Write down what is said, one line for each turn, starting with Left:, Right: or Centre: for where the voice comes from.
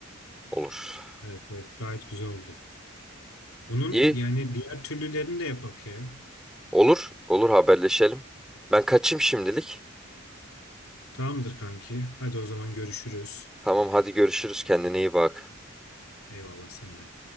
Centre: olur.
Left: Evet, evet. Gayet güzel oldu. Bunun
Centre: İyi.
Left: yani diğer türlülerini de yapak ya.
Centre: Olur, olur haberleşelim. Ben kaçayım şimdilik.
Left: Tamamdır kanki. Hadi o zaman görüşürüz.
Centre: Tamam hadi görüşürüz kendine iyi bak.
Left: Eyvallah sen de.